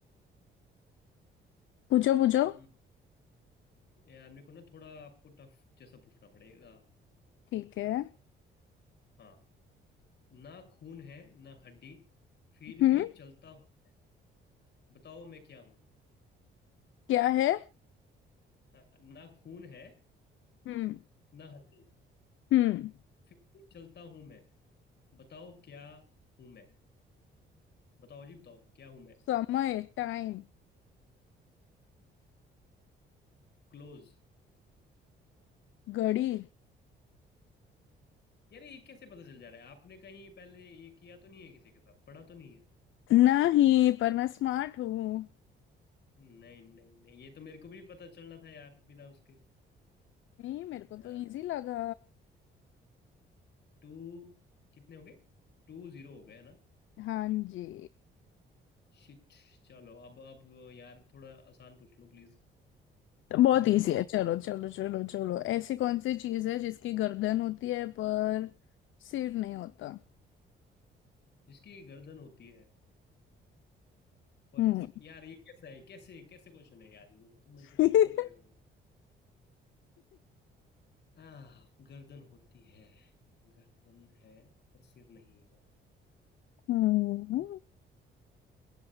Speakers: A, on the left; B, on the left.
A: पूछो पूछो
B: हम्म, यार मेरे को ना थोड़ा आपको टफ जैसा पूछना पड़ेगा
A: ठीक है
B: हाँ ना खून है ना हड्डी फिर
A: हम्म
B: भी चलता हूँ बताओ मैं क्या हूँ
A: क्या है
B: हाँ, ना खून है
A: हम्म
B: ना हड्डी
A: हम्म
B: फिर भी चलता हूँ मैं बताओ क्या हूँ मैं बताओ जी बताओ क्या हूँ मैं
A: समय टाइम
B: क्लोज
A: घड़ी
B: यार ये कैसे पता चल जा रहा है आपने कहीं पहले ये किया तो नहीं है किसी के साथ पढ़ा तो नहीं है
A: नहीं पर मैं स्मार्ट हूँ
B: नहीं नहीं नहीं ये तो मेरे को भी पता चलना था यार बिना उसके
A: नहीं मेरे को
B: यार
A: तो इजी लगा
B: टू कितने हो गए टू जीरो हो गए है ना
A: हाँ जी
B: शिट चलो अब अब यार थोड़ा आसान पूछ लो प्लीज
A: तो बहुत
B: मैं
A: इजी
B: हार रहा
A: है
B: हूँ
A: चलो चलो चलो चलो ऐसी कौन सी चीज है जिसकी गर्दन होती है पर सिर नहीं होता
B: जिसकी गर्दन होती है पर
A: हम्म
B: यार ये कैसा है कैसे कैसे क्वेश्चन है यार ये तो मेरे
A: <laughs>
B: को पता ही नहीं चलेगा गर्दन आह, गर्दन होती है गर्दन है पर सिर नहीं है
A: हम्म
B: हम्म,